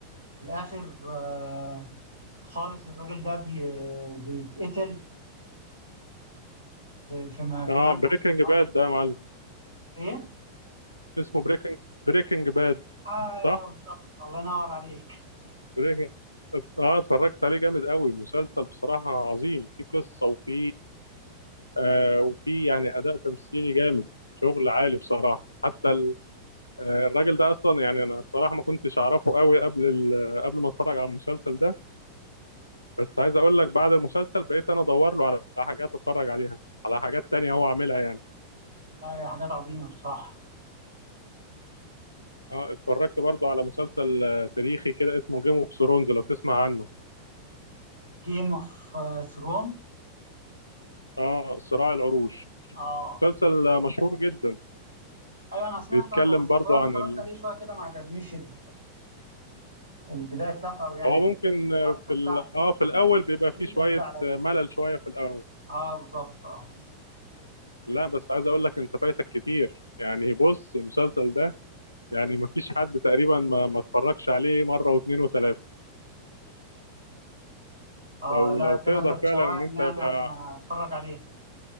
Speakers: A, on the right; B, on the left.
A: في الآخر آه، خالص الراجل ده بي- بيتقتل في في مكان
B: اه بريكنج
A: عشان تعرف
B: باد ده يا معلم
A: ايه
B: اسمه بريكنج بريكنج باد
A: ايوه
B: صح
A: بالظبط الله ينور عليك
B: بريكنج اه اتفرجت عليه جامد قوي مسلسل بصراحة عظيم في قصة وفي آه وفي يعني أداء تمثيلي جامد شغل عالي بصراحة حتى ال- آه، الراجل ده أصلا يعني أنا بصراحة ما كنتش أعرفه قوي قبل ال- قبل ما أتفرج على المسلسل ده بس عايز أقول لك بعد المسلسل بقيت أنا أدور له على حاجات أتفرج عليها على حاجات تانية هو عاملها يعني
A: لا هي حاجات عظيمه بصراحه
B: اه اتفرجت برضو على مسلسل آه، تاريخي كده اسمه جيم اوف ثرونز لو تسمع عنه
A: جيم اوف ثرون
B: اه صراع العروش
A: اه
B: مسلسل آه، مشهور جدا
A: ايوه انا سمعت
B: بيتكلم
A: عنه بس
B: برضو
A: بصراحه
B: عن
A: اتفرجت
B: ال...
A: عليه شويه كده ما عجبنيش ال- البدايه بتاعته او يعني
B: هو ممكن
A: الحبكه
B: في
A: بتاعته
B: ال... اه في الاول
A: في حاجات
B: بيبقى
A: غريبه
B: فيه شويه
A: كده عليا
B: ملل شويه في الاول
A: اه بالظبط اه
B: لا بس عايز اقول لك انت فايتك كتير يعني بص المسلسل ده يعني مفيش حد تقريبا ما, ما اتفرجش عليه مره واثنين وثلاثه
A: اه
B: لو
A: لا
B: لو تقدر
A: كده انت بتشوقني
B: فعلا ان انت
A: يعني
B: يبقى
A: عشان اتفرج عليه